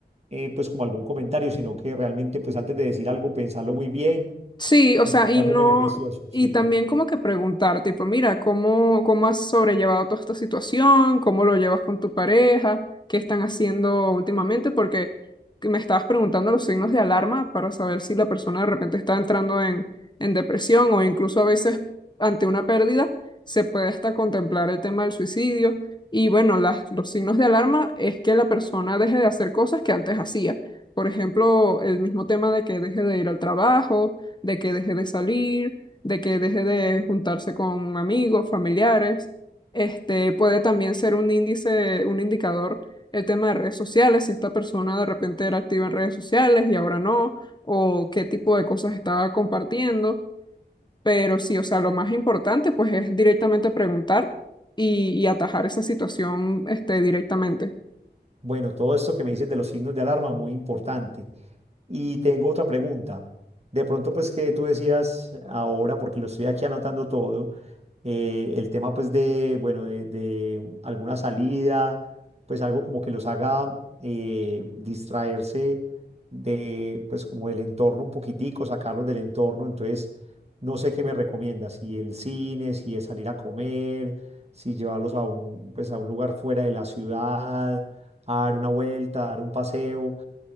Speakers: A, on the right (about 35°); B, on the left (about 25°).
A: eh, pues como algún comentario, sino que realmente, pues antes de decir algo, pensarlo muy bien,
B: Sí, o sea, y
A: va
B: no,
A: a ser beneficioso,
B: y
A: sí.
B: también como que preguntar, tipo, mira, ¿cómo, cómo has sobrellevado toda esta situación? ¿Cómo lo llevas con tu pareja? ¿Qué están haciendo últimamente? Porque que me estabas preguntando los signos de alarma para saber si la persona de repente está entrando en, en depresión o incluso a veces ante una pérdida se puede hasta contemplar el tema del suicidio. Y bueno, las, los signos de alarma es que la persona deje de hacer cosas que antes hacía. Por ejemplo, el mismo tema de que deje de ir al trabajo de que deje de salir, de que deje de juntarse con amigos, familiares. Este puede también ser un índice, un indicador, el tema de redes sociales, si esta persona de repente era activa en redes sociales y ahora no, o qué tipo de cosas estaba compartiendo. Pero sí, o sea, lo más importante pues es directamente preguntar y, y atajar esa situación este, directamente.
A: Bueno, todo esto que me dices de los signos de alarma, muy importante. Y tengo otra pregunta. De pronto, pues que tú decías ahora, porque lo estoy aquí anotando todo, eh, el tema pues de, bueno, de, de alguna salida, pues algo como que los haga eh, distraerse de, pues como del entorno un poquitico, sacarlos del entorno. Entonces, no sé qué me recomiendas, si el cine, si es salir a comer, si llevarlos a un, pues a un lugar fuera de la ciudad a dar una vuelta, a dar un paseo,